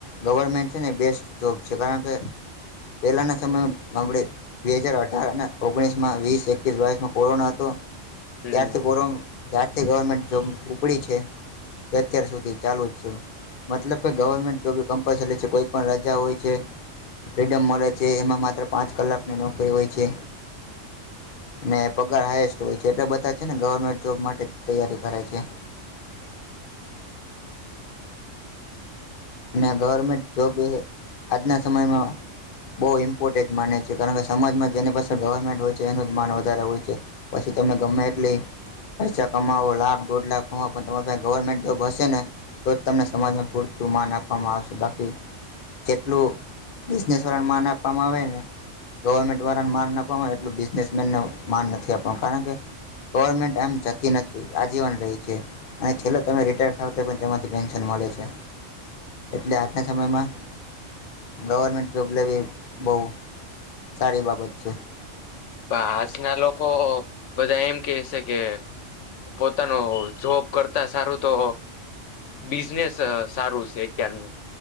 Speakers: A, on the left; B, on the left.
A: ગવર્મેન્ટ છે ને એ બેસ્ટ જોબ છે કારણ કે. પહેલાના સમય માબળી બે હજાર અઢાર અને ઓગણીસ માં વીસ એક વાયસમાં કોરોના તો
B: હમ
A: ત્યારથી કો ત્યારથી થી ગવર્મેન્ટ જોબ ઉપડી છે તે અત્યાર સુધી ચાલુ જ છે. મતલબ કે ગવર્મેન્ટ જોબી કમ્પલસરી છે કોઈ પણણ રાજા હોય છે. ફ્રીડમ મળે છે એમાં માત્ર પાંચ કલાકની નોકરી હોય છે. અનેને પગાર હાાયસ્ટ હોય છે એટલા બધા છે ને ગવર્મેન્ટ જોબ માટે તૈયારી કરે છે. <inaudible> અને ગવર્મેન્ટ જોબ એ આજના સમયમાં બહુ ઇમ્પોર્ટેન્ટ માને છે કારણ કે સજમાં જેની પાસે ગવર્મેન્ટ હોય છે એનું જ માન વધારે હોય છે પછી તમને ગમે એટલી પૈસા કમાવો લાખ દોઢ લાખ કમાવો પણ તમારે ગવર્મેન્ટ જોબ હશે ને તો તમને સમાજમાં પૂરતું માન આપે આપવામાં આવશે બાકી જેટલું બિઝનેસવાળા માન આપવામાં આવે ને ગવર્મેન્ટ વાળાને માન અ આપવાનો એટલું બિઝનેસમેનને માન નથી આપનું કારણ કે. ગવર્મેન્ટ એમ જતી નથી આજીવન રહી છે અને છેલ્લે તમે રિટાયર થાવ તો પણ તેથી પેન્શન મળ છે એટલે આજના સમયમાં ગવર્મેન્ટ જોબ લેવી બહુ સારી બાબત છે.
B: આજના લોકો બધા એમ કેય છે કે પોતાનું જોબ કરતા સારું તો બિઝનેસ સારું છે. કયારનું